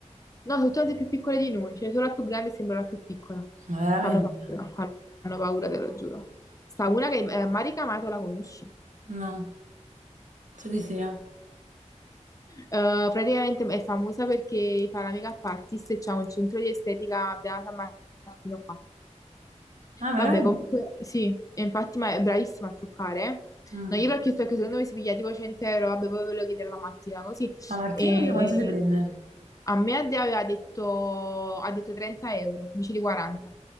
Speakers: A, on the left; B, on the right.
A: No, sono tutte più piccole di noi, cioè solo la più grande sembra la più piccola.
B: Ma veramente?
A: Fanno paura, fanno fanno paura, te lo giuro. Sta una che eh, Mari Kamato la conosci.
B: No, so chi sia.
A: Eh, praticamente è famosa perché fa la make-up artist e c'ha un centro di estetica a Beata Martino qua.
B: Ah, veramente?
A: Vabbè, comunque sì, e infatti ma è bravissima a truccare.
B: Mm.
A: No, io l'ho chiesto che secondo me si piglia tipo 100 euro, vabbè, poi ve lo chiede la mattina, così.
B: Ma Martina
A: E
B: mi dice quanto ti prende?
A: a me Adea aveva detto, ha detto 30 euro invece di 40.